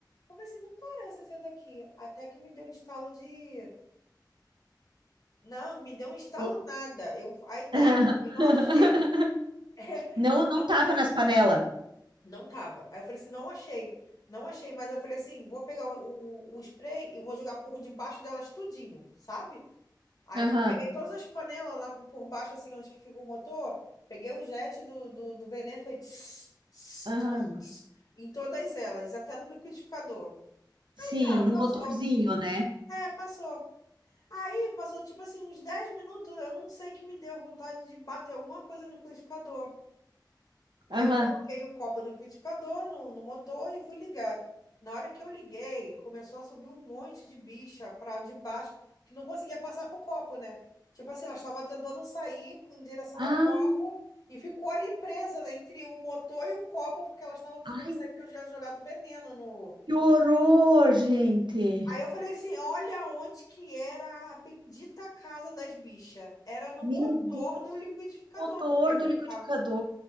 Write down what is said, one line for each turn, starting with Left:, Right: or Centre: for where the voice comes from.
Left: Eu falei assim, não parece ser daqui. Até que me deu um estalo de não, me deu um estalo
Right: O-
Left: nada. Eu, aí tá,
Right: <laughs>
Left: eu não achei. <laughs>
Right: Não, não
Left: Não,
Right: tava nas panelas.
Left: não tava. Aí eu falei assim, não achei. Não achei, mas eu falei assim, vou pegar o, o, o spray e vou jogar por debaixo delas tudinho, sabe? Aí
Right: Aham,
Left: fui, peguei todas as panelas lá por baixo, assim, onde que fica o motor, peguei o jet do, do, do veneno e falei tss, tss,
Right: aham.
Left: tss, em todas elas, até no liquidificador.
Right: Sim,
Left: Ah,
Right: no
Left: Passou.
Right: motorzinho, né?
Left: É, passou. Aí passou tipo assim uns 10 minutos, eu não sei que me deu vontade de bater alguma coisa no liquidificador. Aí
Right: Aham.
Left: eu coloquei o copo do liquidificador no, no motor e fui ligar. Na hora que eu liguei, começou a subir um monte de bicha pra debaixo, que não conseguia passar pro copo, né? Tipo assim, ela estava tentando sair em direção
Right: Ah,
Left: ao copo e ficou ali presa, né, entre o motor e o copo, porque elas estavam tentando
Right: Ai,
Left: sair porque eu já tinha jogado veneno no
Right: que horror, gente.
Left: Aí eu falei assim, olha onde que era a bendita casa das bichas. Era no
Right: Meu
Left: motor
Right: Deus,
Left: do liquidificador,
Right: motor
Left: porque ficava,
Right: do liquidificador.